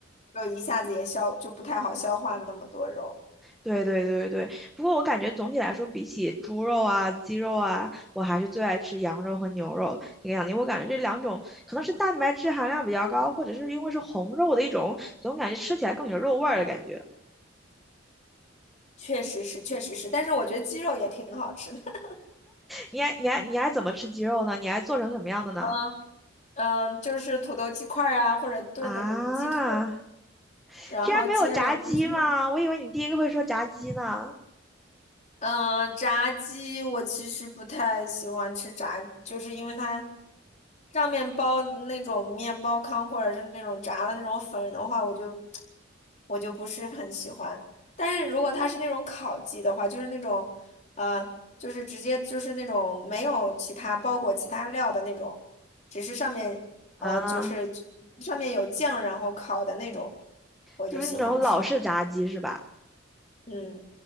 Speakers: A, on the left; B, in the centre.
A: 就一下子也消就不太好消化那么多肉。
B: 对对对对对。
A: 嗯，
B: 不过我感觉总体来说，比起猪肉啊、鸡肉啊，我还是最爱吃羊肉和牛肉这个样子因为我感觉这两种可能是蛋白质含量比较高，或者是因为是红肉的一种，总感觉吃起来更有肉味儿的感觉。
A: 确实是，确实是，但是我觉得鸡肉也挺好吃的。<laughs>
B: 你还你还你还怎么吃鸡肉呢？你还做成什么样的呢？
A: 嗯嗯，就是土豆鸡块儿啊，或者炖的鸡腿，
B: 啊，
A: 然后煎的鸡胸
B: 居然没有炸鸡吗？我以为你第一个会说炸鸡呢。
A: 嗯，炸鸡我其实不太喜欢吃炸，就是因为它上面包那种面包糠或者是那种炸的那种粉的话，我就我就不是很喜欢。但是如果它是那种烤鸡的话，就是那种呃，就是直接就是那种没有其他包裹其他料的那种，只是上面呃就是
B: 啊，
A: 上面有酱然后烤的那种，我就喜欢吃。
B: 就是那种老式炸鸡是吧？
A: 嗯。